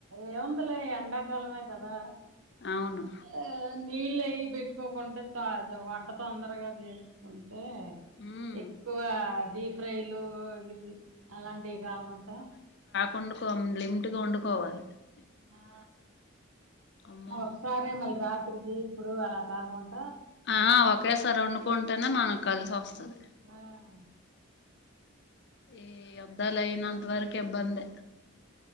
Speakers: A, on the right; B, on the left.
A: ఏముందలే ఎండాకాలమే కదా.
B: అవును
A: ఆ నీళ్ళు అయ్య పెట్టుకోకుంటడా తాజ వంట తొందరగా చేసుకోంది. ఏ
B: ఉమ్
A: ఎక్కువ డీ ఫ్రై లు దీ అలాంటివి కాకుండా
B: వండుకొం లిమిట్గా వండుకోవాలి.
A: ఆ
B: అమ్మో
A: ఒక్కసారే మళ్ళీ రాదు. <unintelligible> కి ఇప్పుడు అలా కాకుండా
B: ఆ ఒకే సారి వండుకుంటేనే మన కలిసి వస్తది.
A: ఆహ
B: ఈ అబ్దాల అయినంత వరకె ఇబ్బందె